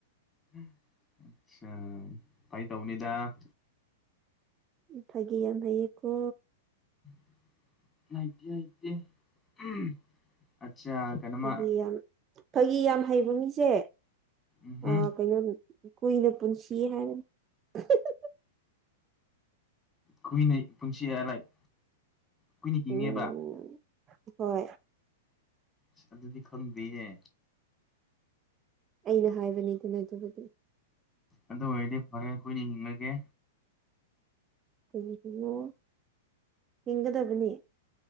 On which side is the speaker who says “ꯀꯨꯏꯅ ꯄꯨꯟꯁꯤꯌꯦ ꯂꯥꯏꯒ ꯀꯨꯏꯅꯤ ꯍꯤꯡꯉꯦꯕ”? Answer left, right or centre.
Left